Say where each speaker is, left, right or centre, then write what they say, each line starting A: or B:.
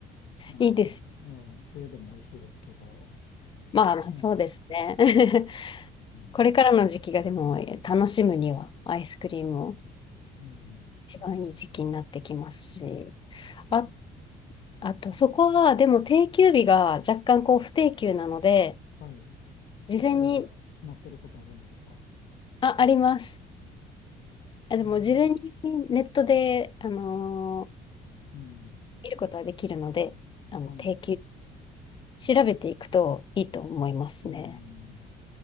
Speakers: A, on the left; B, on the left.
A: いや、まあ、
B: いいです。
A: ええ、冬でも美味しいですけど、
B: まあまあ、
A: ね。
B: そうですね。<laughs>
A: うん。
B: これからの時期がでも楽しむにはアイスクリームを
A: うん。
B: 一番いい時期になってきますし。あ、あと、そこはでも定休日が若干こう不定休なので、
A: はい。
B: 事前に、
A: 行ったら決まってることあるんですか
B: あ、あります。あ、
A: ええ。
B: でも事前にネットで、あのー
A: うん。
B: 見ることはできるので、あの定休
A: はい。う
B: 調べていくといいと思いますね。
A: ーん。